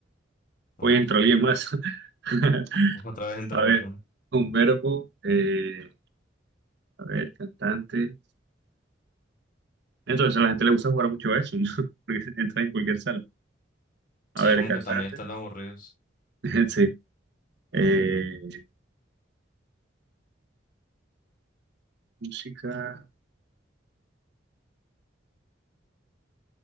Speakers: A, on the left (about 50°); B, on the right (about 65°).
A: Ok.
B: Voy a alguien más. <laughs>
A: Otra vez entre
B: A
A: otro.
B: ver, un verbo, eh, a ver, cantante. Entonces a la gente le gusta jugar mucho a eso, ¿no? <laughs> Porque entra en cualquier sala. A
A: Sí,
B: ver,
A: como
B: cantante.
A: que también están los aburridos.
B: <laughs> Sí. Eh, música.